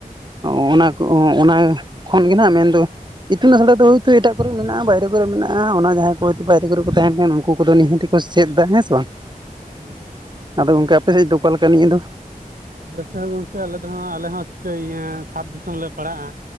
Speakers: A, on the right; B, on the right.
A: ᱚᱻ ᱚᱱᱟ ᱠᱚ ᱚᱱᱟ ᱠᱷᱚᱱ ᱜᱮ ᱱᱟᱜ ᱢᱮᱱᱫᱚ, ᱤᱛᱩᱱ ᱟᱥᱲᱟ ᱫᱚ ᱦᱳᱭᱛᱳ ᱮᱴᱟᱜ ᱠᱚᱨᱮ ᱢᱮᱱᱟᱜ-ᱟ, ᱵᱟᱭᱨᱮ ᱠᱚᱨᱮ ᱢᱮᱱᱟᱜ-ᱟ, ᱚᱱᱟ ᱡᱟᱦᱟᱸ ᱚᱠᱚᱭᱛᱚ
B: ᱦᱩᱸ
A: ᱵᱟᱭᱨᱮ ᱠᱚᱨᱮ ᱠᱚ ᱛᱟᱦᱮᱱ ᱠᱟᱱ ᱩᱱᱠᱩ ᱠᱚᱫᱚ ᱱᱤᱦᱟᱹᱛᱤ ᱜᱮ ᱠᱚ ᱥᱮᱫ ᱮᱫᱟ ᱦᱮᱸ ᱥᱮ ᱵᱟᱝ,
B: ᱦᱩᱸᱻ ᱦᱩᱸ
A: ᱟᱫᱚ ᱜᱚᱝᱠᱮ ᱟᱯᱮ ᱥᱮᱫ ᱫᱚ ᱚᱠᱟ ᱞᱮᱠᱟᱹ ᱱᱤᱭᱟᱹ ᱫᱚ?
B: ᱟᱞᱮᱥᱮ ᱜᱚᱝᱠᱮ ᱟᱞᱮ ᱫᱚ ᱟᱞᱮ ᱦᱚᱸ ᱪᱤᱠᱟᱹᱭ ᱤᱭᱟᱹ ᱥᱟᱛ ᱫᱤᱥᱚᱢ ᱞᱮ ᱯᱟᱲᱟᱜ-ᱟ᱾